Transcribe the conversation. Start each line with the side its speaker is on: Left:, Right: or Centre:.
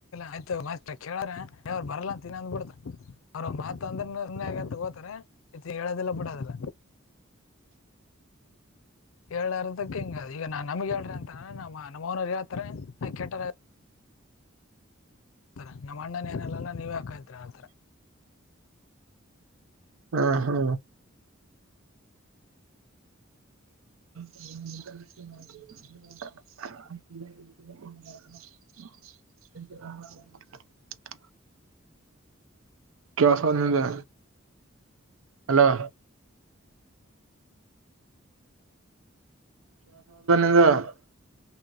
Left: ಆಯ್ತ ಕೇಳಾರ್ರು ಬರಲ್ಲ ಅಂತನ ಅಂದ್ ಬಿಿಡ್ತ ಅವ್ರ ಮಾತ್ ಅಂದ್ರಗೋತಾರೆ ಹಡಲ್ಲ ಬಿಡಾಲ್ಲ
Right: <inaudible>
Left: ಹೇಳಾರದಕ್ ಹಿಂಗ ಈಗ ನಾನ್ ನಮಗ್ಗೆ ಹೇಳ್ರಿ ಅಂತ ನಮ್ಮ ನಮ್ಮ ಅವನರು ಹಳ್ತಾರೆ ಕೇಟ್ಟಾರ ಹತಾರೆ ನಮ್ಮ ಅಣ್ಣನ ಏನೆಲ್ಲ ನೀವೇ ಹಾಕಾಯತ್ರಿ ಹಳ್ತಾರ
Right: ಹಾ ಹಾ <inaudible> ಹ ಕೇಳೋದು ನಿಂಗೆ ಹಲೋ <unintelligible>